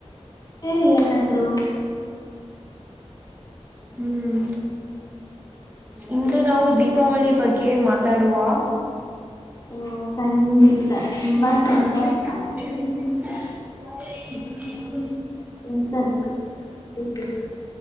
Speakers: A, on the left; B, on the right.
A: ಕೇಳಿ ಏನಾದ್ರು
B: ಹ್ಮ್ ಇಂದು ನಾವು ದೀ ದೀಪಾವಳಿ ಬಗ್ಗೆ ಮಾತಾಡುವ
A: ಓ ಖಂಡಿತ ತುಂಬಾ
B: ಹಪಿ
A: ಸಂತೋಷ
B: ತಿನ್ ಹ ಕ <unintelligible> ಹ <unintelligible>
A: ಎಂತ <unintelligible>